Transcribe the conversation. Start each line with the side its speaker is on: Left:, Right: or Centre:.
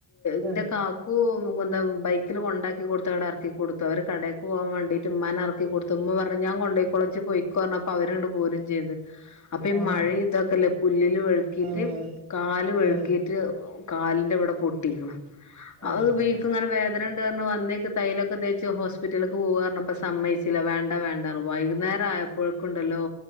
Left: ഇന്റെ
Right: ആഹ്
Left: കാ കൂ എന്താ ബൈക്കിൽ കൊണ്ടാക്കി കൊടുത്തവടെ ഇറക്കി കൊടുത്തു. അവര് കടേക്ക് പോവാൻ വേണ്ടിട്ട് മ്മാനെ ഇറക്കി കൊടുത്ത തുമ്മ പറഞ്ഞു ഞാൻ കൊണ്ടേയ്ക്കോള ജ്ജി പോയിക്ക പറഞ്ഞപ്പൊ അവര്ങ്ങട് പോരും ചെയ്ത്. അപ്പൊ ഈ
Right: ആഹ്
Left: മഴയി തൊക്കല്ലേ, പുല്ല്ല് വെഴുക്കിയിട്ട്
Right: ആഹ്
Left: കാല് വഴുക്കിയിട്ട്...
Right: ആഹ്
Left: കാലിന്റെ ഇവിടെ പൊട്ടിക്ക്ണ്.
Right: അയ്യോ
Left: അത് വീക്ക്ങ്ങനെ വേ പന്ണ്ട് ക വന്നേക്ക് തയിലൊക്കെ തേച്ച് ഹോസ്പിറ്റലിലേക്ക് പോവാന്ന് പറഞ്ഞപ്പോ സമ്മയിച്ചില്ല, വേണ്ട വേണ്ട പറഞ്ഞ വൈകുന്നേരം ആയ പുഴക്കുണ്ടല്ലോ,